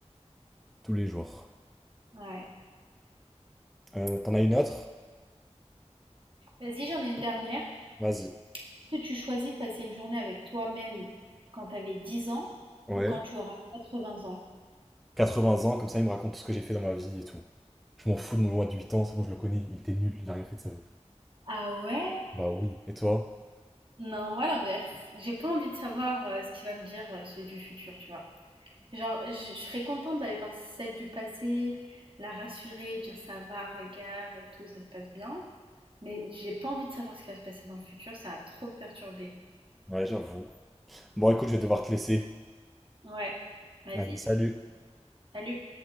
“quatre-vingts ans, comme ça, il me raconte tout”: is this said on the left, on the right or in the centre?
Centre